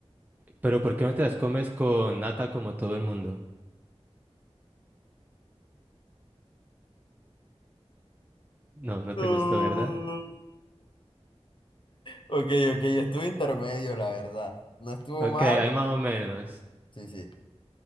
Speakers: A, on the right; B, on the left.
A: Pero ¿por qué no te las comes con nata como todo el mundo? No, no te
B: No.
A: gustó, ¿verdad?
B: Ok, ok, estuvo intermedio, la verdad. No estuvo
A: Ok,
B: mal.
A: hay más o menos.
B: Sí, sí.